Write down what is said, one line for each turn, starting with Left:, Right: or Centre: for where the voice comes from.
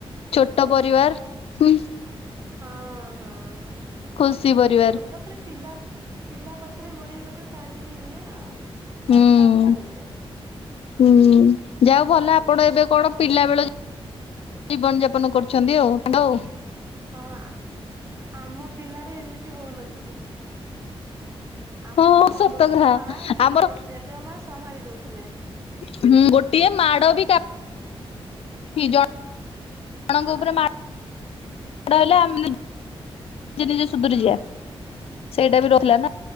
Left: ଛୋଟ ପରିବାର ହୁଁ।
Right: ହଁ ହଁ
Left: ଖୁସି ପରିବାର
Right: ଛୋଟ ପରେ ପିଲା। ପିଲା ପଛରେ ଗୋଡେଇ, ଗୋଡେଇ ଟାଇମି ଏୟା ଆଉ।
Left: ହୁଁ।
Right: ଟାଇମି ପାସ୍ ଟା ହେଇଯାଏ
Left: ହୁଁ ଯାହା ହଉ ଭଲ
Right: ରେ
Left: ଆପଣ ଏବେ
Right: ଆ।
Left: କଣ ପିଲା ବେଳ ଜୀବନ ଯାପନ କରୁଛନ୍ତି ଆଉ, ଆଉ।
Right: ହଁ ଆମ ପିଲାରେ ଏମିତି ହଉନଥିଲୁ। ଆମୁକୁ
Left: ହଁ
Right: କ'ଣ
Left: ସତ
Right: ଗୋଟିଏ
Left: କଥା
Right: ମା କି
Left: ଆମର
Right: ଜେ ଜେଜେମା ସମ୍ଭାଳି ଦଉଥିଲେ।
Left: ହୁଁ ଗୋଟିଏ ମାଡ ବି କା ଫି ଜଣଙ୍କ
Right: ହଁ
Left: ଉପରେ ମାଡ। ମାଡ ହେଲେ ଆମ ନିଜେ, ନିଜେ ସୁଧୁରି
Right: ହଁ।
Left: ଯିବା। ସେଇଟା ବି ରଖିଲା ନା।